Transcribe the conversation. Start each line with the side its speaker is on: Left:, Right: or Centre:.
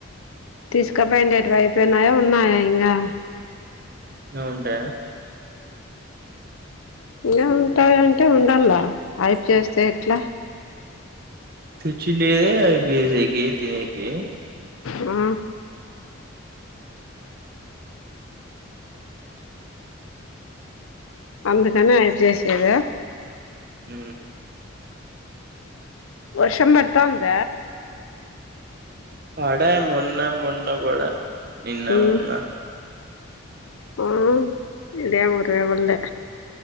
Left: తీసుకపోయిండేటివి అయిపోయినయ ఉన్నాయా ఇంగా?
Right: ఇంగ ఉంటాయా
Left: ఇంగ ఉంటాయ అంటే ఉండల్ల అయిపు చేస్తే ఎట్లా
Right: తెచ్చిండేదే అయిపోయేకే తినేకి
Left: ఉ అందుకని అయిపజేసేద
Right: ఉ
Left: వర్షం పడతంద ఉంద?
Right: పడ మొన్న మొన్న పడ నిన్న
Left: ఉమ్
Right: మొన్న
Left: ఆ ఇడెం ఉరెవే పల్లె